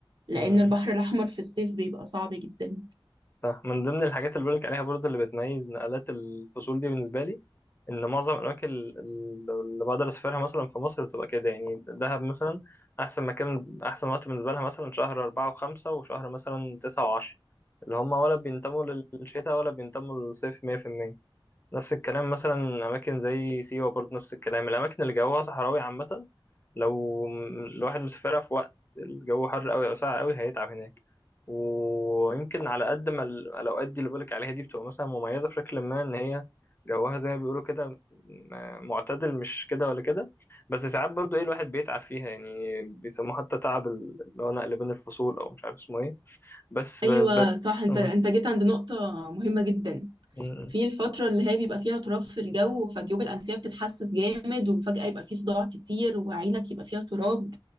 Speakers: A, on the right; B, on the left.
A: لان
B: مم.
A: البحر الاحمر في الصيف بيبقى صعب جدا
B: صح من ضمن الحاجات اللي بقولك عليها برضه اللي بتميز نقلات الفصول دي بالنسبة لي إن معظم الأماكن ال- ال- اللي بقدر أسافرها مثلا في مصر بتبقى كده يعني دهب مثلا أحسن مكان أحسن وقت بالنسبة لها مثلا شهر أربعة وخمسة وشهر مثلا تسعة وعشرة اللي هما ولا بينتموا للشتاء ولا بينتموا للصيف مية في المية نفس الكلام مثلا أماكن زي سيوة برضه نفس الكلام الأماكن اللي جوها صحراوي عامة لو م- الواحد مسافرها في وقت الجو حر قوي او ساقع قوي هيتعب هناك ويمكن على قد ما ال- الاوقات دي اللي بقولك عليها دي بتبقى مثلا مميزه بشكل ما ان هي جوها زي ما بيقولوا كده م- معتدل مش كده ولا كده بس ساعات برضو ايه الواحد بيتعب فيها يعني بيسموه حتى تعب ال- اللي هو نقل بين الفصول او مش عارف اسمه ايه بس ب...
A: ايوه
B: ب...
A: صح انت
B: م-
A: انت جيت عند نقطه مهمه جدا
B: م-
A: في الفتره اللي هي بيبقى فيها تراب في الجو فجيوب الانفيه بتتحسس جامد وفجاه يبقى في صداع كتير وعينك يبقى فيها تراب